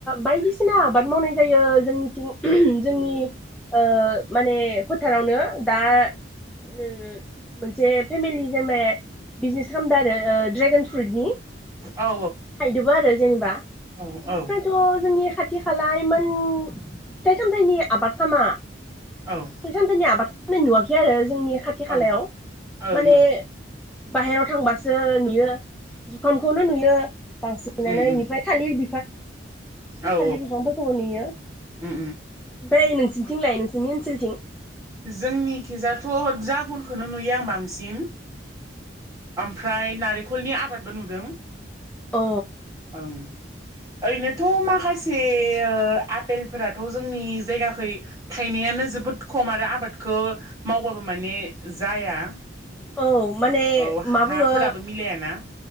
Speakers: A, in the centre; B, on the right.
A: बायदिसिना आबाद मावनाय जायो जोंनिथिं जोंनि ओ माने फोथारावनो दा उ उ मोनसे फेमिलि जेमे बिजनेस खालामदो आरो ड्रेगन फ्रुटनि
B: औ
A: थायदोबो आरो जेनेबा बेनिफ्रायथ'
B: औ ओं ओं
A: जोंनि खाथि खालायमोन फिथाइ सामथाइनि आबाद खालामा फिथाइ
B: ओं
A: सामथाइनि आबाद मे नुवाखै आरो जोंनि खाथि
B: औ
A: खालायाव
B: औ उम
A: माने बाहेराव थांबासो नुयो जुखामखौनो नुयो बांसिननानै
B: उम
A: इनिफ्राय थालिर
B: औ
A: थालि बिफांफोरखौबो नेुयो
B: उम
A: बै नोंसिनि थिंलाय नोंसि
B: जोंनि किजाथ' जागनखौनो नुयो आं बांसिन फ्राय नारेंखलनि आबादबो नुदों
A: अ।
B: उ। ओरैनोथ' माखासे ओ आफपेलफोराथ' जोंनि जायगाखै थायनायान नो जोबोद खम आरो आबादखौ मावबाबो माने जाया।
A: औ माने
B: औ
A: मा
B: हाफोराबो
A: बुङो
B: मिलायाना